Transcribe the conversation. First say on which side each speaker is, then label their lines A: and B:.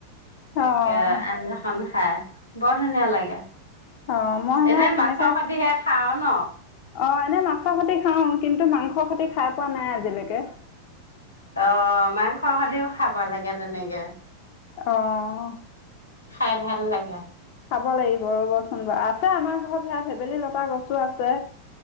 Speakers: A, on the left (about 45°); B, on the left (about 80°).
A: অঁ
B: সে আঞ্জাখন খাই বৰ ধুনীয়া লাগে।
A: অ মই
B: এনে
A: সে তেনেকে
B: মাছৰ সতিহে খাও ন
A: অ এনে মাছৰ সতি খাও কিন্তু মাংস সৰ খতি খাই পোৱা নাই আজিলৈকে।
B: অ মাংস খতিও খাব লাগে তেনেকে
A: অহ
B: খাই ভাল লাগে।
A: খাব লাগিব ৰ'বচোন বাৰ আছে আমাৰ ঘৰত সেয়া ভেবেলি লতা গছো আছে।